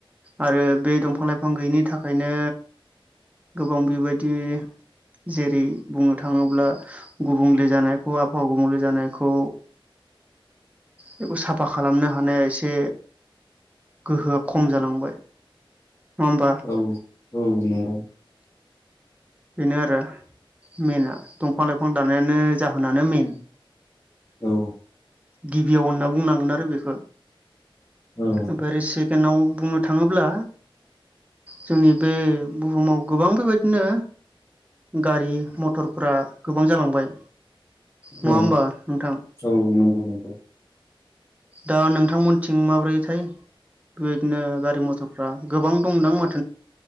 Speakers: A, on the right (about 15°); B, on the left (about 30°).
A: आरो बे दंफां लाइफां गैयिनि थाखायनो गोबां बेबायदि जेरै बुंनो थाङोब्ला गुबुंले जानायखौ आबहावा गुबुंले जाना जानायखौ बेखौ साफा खालामनो हानाया एसे गोहोआ खम जालांबाय। नङा होमबा
B: औ औ नंगौ।
A: बेनो आरो मेनाआ दंफां लाइफां दानायानो जाहोनानो मेइन
B: औ
A: गिबियाव होनना बुंनांगोन आरो बेखौ।
B: औ
A: ओमफ्राइ सेकेडआव बुंनो थाङोब्ला जोंनि बे बुहुमाव गोबां बेबायदिनो गारि मथरफोरा गोबां जालांबाय। नङा
B: औ
A: होमबा नोंथां
B: औ नंगौ नंगौ।
A: दा नोंथांमोनथिं माब्रैथाय बेबायदिनो गारि मथरफ्रा गोबां दंदां माथ